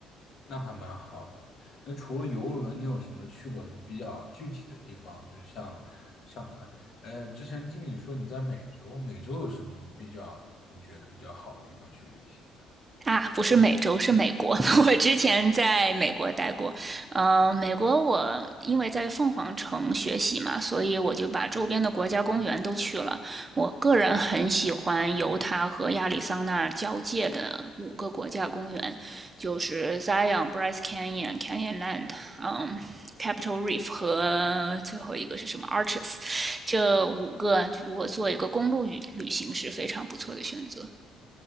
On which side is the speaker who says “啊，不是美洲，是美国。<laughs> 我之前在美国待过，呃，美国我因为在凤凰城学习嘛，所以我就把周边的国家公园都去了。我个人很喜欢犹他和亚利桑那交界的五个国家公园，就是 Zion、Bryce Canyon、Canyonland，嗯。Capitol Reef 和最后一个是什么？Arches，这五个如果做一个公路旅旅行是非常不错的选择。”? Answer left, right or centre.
Right